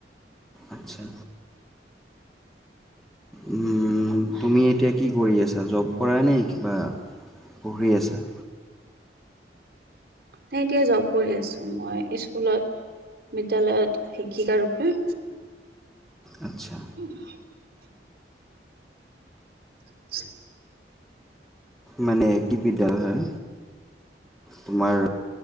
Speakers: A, in the centre; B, on the right.
A: আচ্ছা উম, তুমি এতিয়া কি কৰি আছা? জব
B: উম
A: কৰা নে, কিবা পঢ়ি আছা?
B: সেনেকে জব কৰি আছোঁ। মই স্কুলত। বিদ্যালয়ত শিক্ষিকা ৰূপে।
A: আচ্ছা
B: <unintelligible> <unintelligible>
A: মানে কি বিদ্যালয় হয়? তোমাৰ